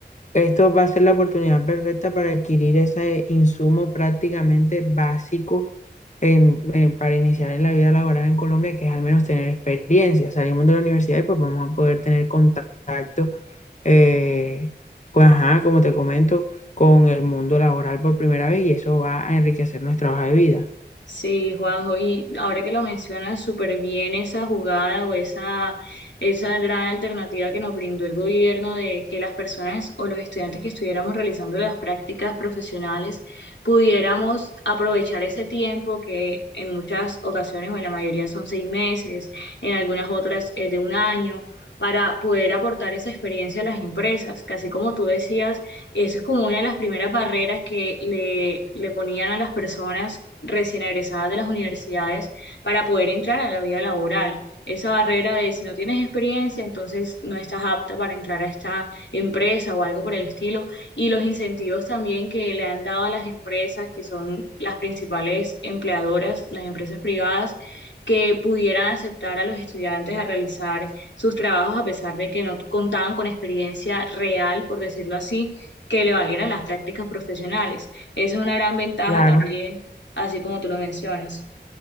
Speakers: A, on the left; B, on the left.
A: esto va a ser la oportunidad perfecta para adquirir ese insumo prácticamente básico en- en- para iniciar en la vida laboral en Colombia, que es al menos tener experiencia. Salimos de la universidad y pues vamos a poder tener contacto, eh, pues, ajá, como te comento, con el mundo laboral por primera vez y eso va a enriquecer nuestra hoja de vida.
B: Sí, Juanjo, y ahora que lo mencionas súper bien esa jugada o esa, esa gran alternativa que nos brindó el gobierno de que las personas o los estudiantes que estuviéramos realizando las prácticas profesionales pudiéramos aprovechar ese tiempo que en muchas ocasiones o en la mayoría son seis meses, en algunas otras es de un año, para poder aportar esa experiencia a las empresas, casi como tú decías eso es como una de las primeras barreras que le, le ponían a las personas recién egresadas de las universidades para poder entrar a la vida laboral. Esa barrera de si no tienes experiencia, entonces no estás apta para entrar a esta empresa o algo por el estilo. Y los incentivos también que le han dado a las empresas, que son las principales empleadoras, las empresas privadas, que pudieran aceptar a los estudiantes a realizar sus trabajos a pesar de que no contaban con experiencia real, por decirlo así que le valieran las prácticas profesionales. Esa es una gran ventaja
A: Claro.
B: también, así como tú lo mencionas.